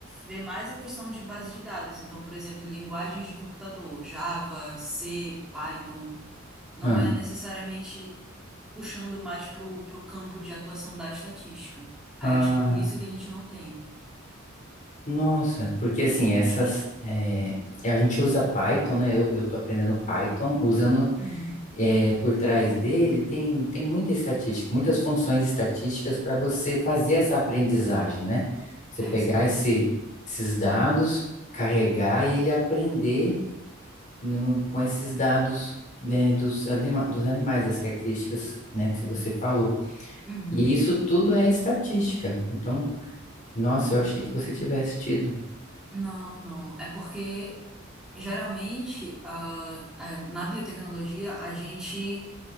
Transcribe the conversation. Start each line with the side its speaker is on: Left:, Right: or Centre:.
Centre: vê mais a questão de base de dados. Então, por exemplo, linguagens de computador, Java, C, Python, não
Left: Ah,
Centre: é necessariamente puxando mais para o campo de atuação da estatística. Aí
Left: ah,
Centre: acho que por isso que a gente não tem.
Left: nossa. Porque assim, essas. é, a gente usa Python, né? Eu, eu tô aprendendo Python usando
Centre: Uhum.
Left: é, por trás dele tem, tem muita estatística, muitas funções estatísticas para você fazer essa aprendizagem, né? Você
Centre: É,
Left: pegar
Centre: isso é verdade.
Left: esse, esses dados, carregar e ele aprender num- com esses dados, né, dos, anima- dos animais, das características, né, que você falou.
Centre: Uhum.
Left: E isso tudo é estatística. Então, nossa, eu achei que você tivesse tido.
Centre: Não, não. É porque geralmente ah, ah, na biotecnologia a gente